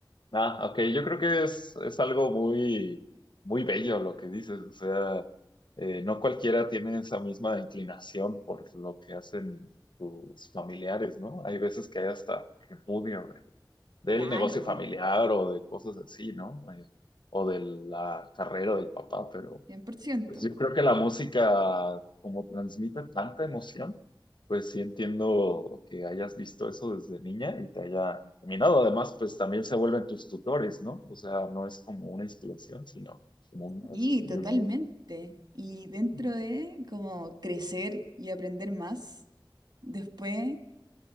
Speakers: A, on the left; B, on the right.
A: Ah, ok, yo creo que es, es algo muy, muy bello lo que dices. O sea, eh, no cualquiera tiene esa misma inclinación por lo que hacen tus familiares, ¿no? Hay veces que hay hasta repudio de- del
B: Claro,
A: negocio familiar o de cosas así, ¿no? Eh, o de la carrera del papá, pero
B: cien por ciento
A: Pues yo creo que la música, como transmite tanta emoción, pues sí entiendo que hayas visto eso desde niña y te haya encaminado. Además, pues también se vuelven tus tutores, ¿no? O sea, no es como una inspiración, sino como un maestro
B: Y
A: y
B: totalmente.
A: un guía.
B: Y dentro
A: Ujú.
B: de como crecer y aprender más, después